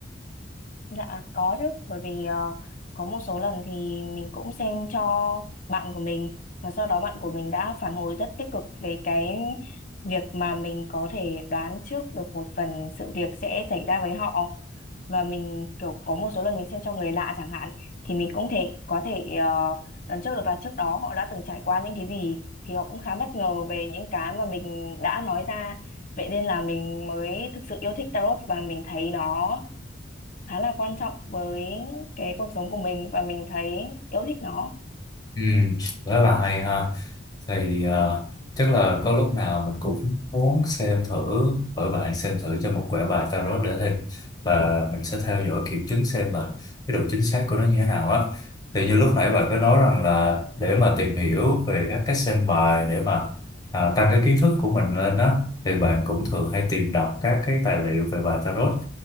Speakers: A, on the left (about 40°); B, on the left (about 20°).
A: Dạ có chứ bởi vì ờ, có một số lần thì mình cũng xem cho bạn của mình và sau đó bạn của mình đã phản hồi rất tích cực về cái việc mà mình có thể đoán trước được một phần sự việc sẽ xảy ra với họ và mình kiểu có một số lần mình xem cho người lạ chẳng hạn thì mình cũng thể có thể uh, đoán trước được là trước đó họ đã từng trải qua những cái gì thì họ cũng khá bất ngờ về những cái mà mình đã nói ra vậy nên là mình mới thực sự yêu thích tarot và mình thấy nó khá là quan trọng với cái cuộc sống của mình và mình thấy yêu thích nó
B: Ừ, rất là hay ha. Thì ờ, chắc là có lúc nào mình cũng muốn xem thử bởi bạn xem thử cho một quẻ bài tarot để thêm và mình sẽ theo dõi kiểm chứng xem là cái độ chính xác của nó như thế nào á. Thì như lúc nãy bạn có nói rằng là để mà tìm hiểu về các cách xem bài để mà à, tăng cái kiến thức của mình lên á thì bạn cũng thường hay tìm đọc các cái tài liệu về bài tarot.